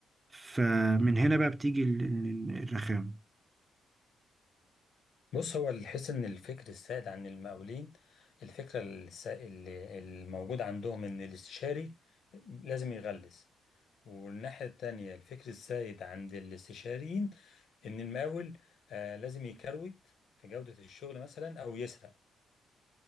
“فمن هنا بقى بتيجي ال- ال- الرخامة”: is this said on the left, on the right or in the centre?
Right